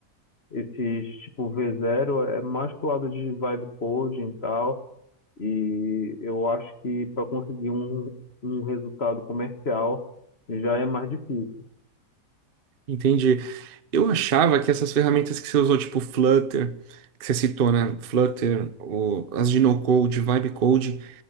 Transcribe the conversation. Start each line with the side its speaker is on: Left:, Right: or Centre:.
Left: esses tipo V0 é mais pro lado de vibe coding e tal, e eu acho que para conseguir um, um resultado comercial já é mais difícil.
Right: Entendi. Eu achava que essas ferramentas que você usou, tipo Flutter, que você citou, né? Flutter, ou as de no-code, vibe code